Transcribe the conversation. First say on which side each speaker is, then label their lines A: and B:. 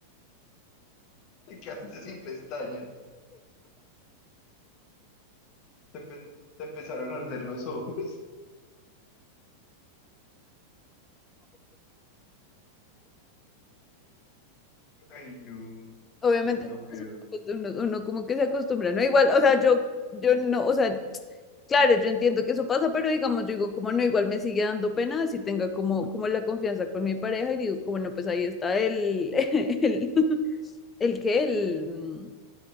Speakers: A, on the left; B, on the left.
A: Te quedaste sin pestañas. Te, empe- te empezaron a arder los ojos. <laughs> Ay, no,
B: Obviamente,
A: eso es lo peor.
B: pues, pues, uno, uno como que se acostumbra, ¿no? Igual, o sea, yo, yo no, o sea, claro, yo entiendo que eso pasa, pero digamos, yo digo, como no, igual me sigue dando pena si tenga como, como la confianza con mi pareja y digo, como no, pues ahí está el, <laughs> el, el que, el, mm,